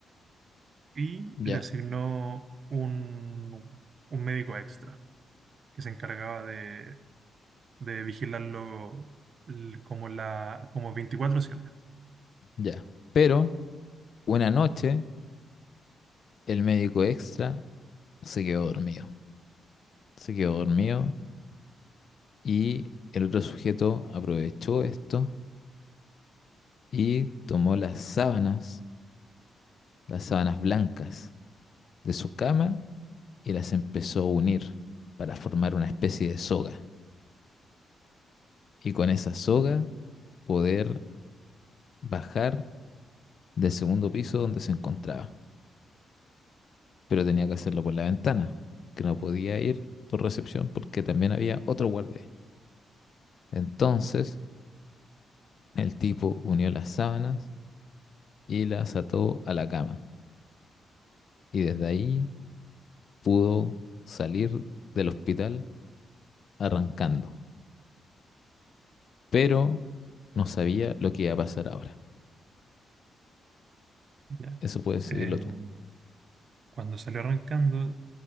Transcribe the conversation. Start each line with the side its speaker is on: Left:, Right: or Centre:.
Right: y
Left: Ya,
Right: le asignó un, un médico extra que se encargaba de, de vigilarlo l- como, la, como 24/7.
Left: ya. Pero una noche, el médico extra se quedó dormido. Se quedó dormido y el otro sujeto aprovechó esto y tomó las sábanas, las sábanas blancas de su cama y las empezó a unir para formar una especie de soga. Y con esa soga poder bajar del segundo piso donde se encontraba. Pero tenía que hacerlo por la ventana, que no podía ir por recepción porque también había otro guardia ahí. Entonces el tipo unió las sábanas y las ató a la cama. Y desde ahí pudo salir del hospital arrancando. pero no sabía lo que iba a pasar ahora.
Right: ¿ya?
Left: Eso puedes seguirlo
Right: Eh,
Left: tú.
Right: cuando salió arrancando,